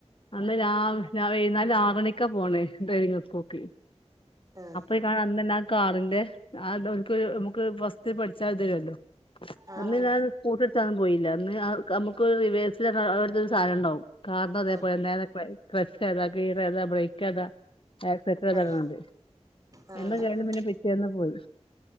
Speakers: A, on the left; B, on the right.
A: അന്ന് <unintelligible> ആറരക്കാ പോണേ ട്രെനിങ് വക്കോക്ക
B: ആഹ <inaudible>
A: ഇ കാ അന്ന തന്നെ ആ കാറിന്റെ ആ നമുക്ക് ഫസ്റ്റ് പഠിച്ചാൽ തരുല്ലോ <unintelligible>
B: ആഹ്
A: പോയില്ല അന്ന് നമുക്ക് ഒരു റിവേഴ്സൽ അവിടുത്തെ ഒരു സാധനംണ്ടാവും കാരണം അതേപലെ
B: ആഹ്
A: തന്നെ കക്സ് അത കീർ അതാ ബ്രേക്ക് അതാ <unintelligible>
B: ആഹ്
A: <unintelligible>
B: ആഹ് ആഹ്
A: പിന്നെ പിറ്റെന്ന് പോയി